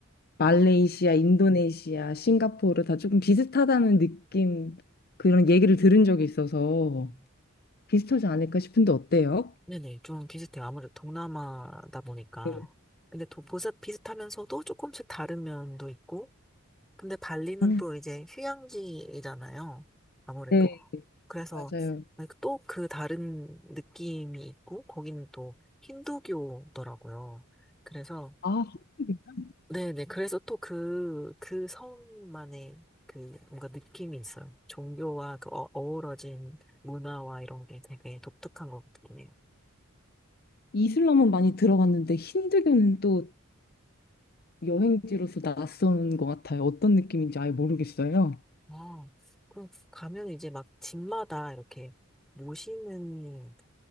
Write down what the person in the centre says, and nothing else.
음.
네네. 좀 비슷해요. 아무래도 동남아다 보니까.
근데 또 보사 비슷하면서도 조금씩 다른 면도 있고, 근데 발리는
또 이제 휴양지잖아요. 아무래도.
그래서
또 그 다른 느낌이 있고, 거기는 또 힌두교더라고요. 그래서,
네네. 그래서 또 그, 그 성만의 그 뭔가 느낌이 있어요. 종교와 그 어, 어우러진 문화와 이런 게 되게 독특한 것 같네요.
아, 그럼 가면 이제 막 집마다 이렇게 모시는